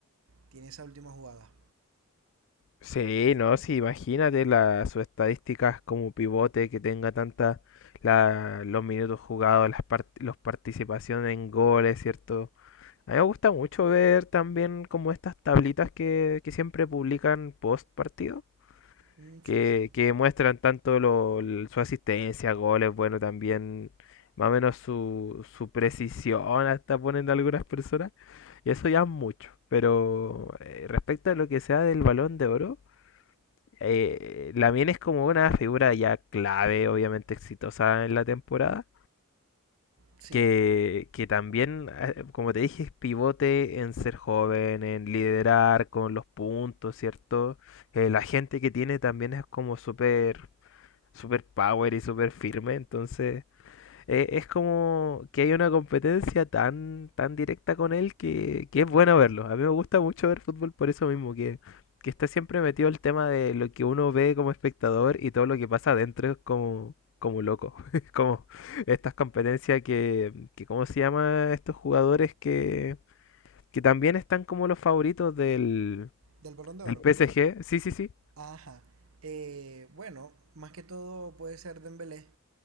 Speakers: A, on the right; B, on the left.
A: tiene esa última jugada.
B: Sí, no, sí, imagínate la, sus estadísticas como pivote que tenga tanta la, los minutos jugados, las part los participaciones en goles, ¿cierto? A mí me gusta mucho ver también como estas tablitas que, que siempre publican post partido,
A: Mm, sí,
B: que,
A: sí,
B: que muestran tanto lo- l- su asistencia, goles, bueno, también más o menos su, su precisión, hasta ponen algunas personas, y eso ya es mucho. Pero eh, respecto a lo que sea del Balón de Oro eh, Lamine es como una figura ya clave, obviamente exitosa en la temporada.
A: sí.
B: Que, que también, eh, como te dije, es pivote en ser joven, en liderar con los puntos, ¿cierto? Eh, la gente que tiene también es como súper, súper power y súper firme. Entonces, eh, es como que hay una competencia tan, tan directa con él que, que es bueno verlo. A mí me gusta mucho ver fútbol por eso mismo, que, que está siempre metido el tema de lo que uno ve como espectador y todo lo que pasa adentro es como, como loco. <laughs> Es como estas competencias que, que, ¿cómo se llama? Estos jugadores que, que también están como los favoritos del,
A: ¿Del balón de
B: del
A: oro?
B: PSG. Sí, sí, sí,
A: Ajá. Eh, bueno, más que todo puede ser Dembélé,